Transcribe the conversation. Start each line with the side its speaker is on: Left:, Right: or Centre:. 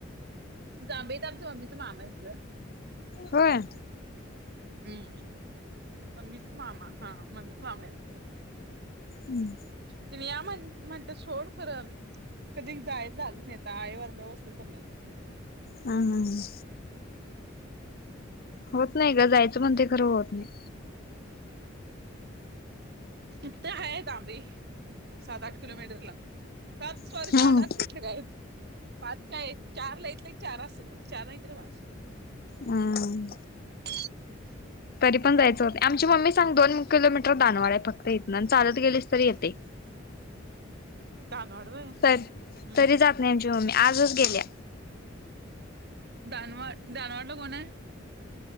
Right: जांभईत आमच्या मम्मीचा मामा आहेत
Left: होय. ह.
Right: गं मम्मीच मामा हा मम्मीच मामा य.
Left: हम्म
Right: ति या म्हण म्हणत सोड करण. कधी जायच झालं नाही आता आई वरले बसलं तर नाही.
Left: हम हम ह.. होत नाही ग जायचं पण ते खरं होत नाही.
Right: इथ आहे आहेत आंबी सात आठ किलोमीटरला सात.. सॉरी
Left: नाही.
Right: साड आत कुठले काय पाच काय चार ला इेतलं चार असेल मग चार नाहीत र पाच.
Left: हम्
Right: <unintelligible>
Left: आम्ही पणआमची मम्मी सां दोन किलोमीटर दानवड आहे फक्त चालत गेले तरी येते
Right: दानवाड व्हय
Left: तरी
Right: हम्म
Left: जात नाही आमची मम्मी आजच गेल्या.
Right: दानवार दानवारकोण आहे.